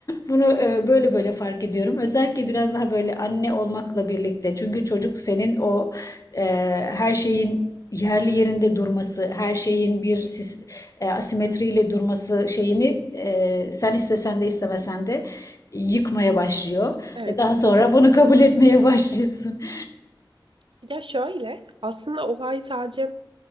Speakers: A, on the left; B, on the right.
A: bunu e, böyle böyle fark ediyorum. Özellikle biraz daha böyle anne olmakla birlikte. Çünkü çocuk senin o e, her şeyin yerli yerinde durması, her şeyin bir sis- e, asimetriyle durması şeyini e, sen istesen de istemesen de yıkmaya başlıyor
B: Evet.
A: ve daha
B: <laughs>
A: sonra bunu kabul etmeye başlıyorsun. <laughs>
B: Ya şöyle aslında olay sadece